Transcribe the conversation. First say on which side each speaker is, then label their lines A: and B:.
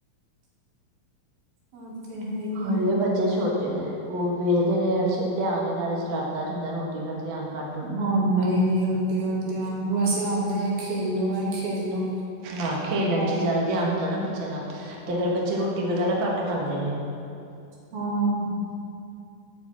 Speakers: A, on the right; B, on the right.
A: ਔ ਤੇ ਹੈ। ਹੀ
B: ਹਜੇ
A: ਹੈ।
B: ਬੱਚੇ ਛੋਟੇ ਨੇ ਉਹ ਵੇਖਦੇ ਨੇ ਧਿਆਨ ਇਹ ਨਾਲ ਸ਼ਰਾਰਤਾ ਚ ਹੁੰਦਾ, ਰੋਟੀ ਵੱਲ ਧਿਆਨ ਘੱਟ
A: ਹੁੰਦਾ ਹੀ ਨੀ ਰੋਟੀ ਵੱਲ ਧਿਆਨ ਬਸ ਇਹ ਆਦਾ, ਖੇਲੋ ਐ ਖੇਲੋ।
B: ਹਾਂ ਖੇਲਣ
A: ਹਾਂ
B: ਚ ਜ਼ਿਆਦਾ ਧਿਆਨ ਹੁੰਦਾ ਨਾ ਬੱਚਿਆਂ ਦਾ, ਤੇ ਫੇਰ ਬੱਚੇ ਰੋਟੀ ਵਗੈਰਾ ਘੱਟ ਖਾਂਦੇ ਨੇ।
A: ਹਾਂ,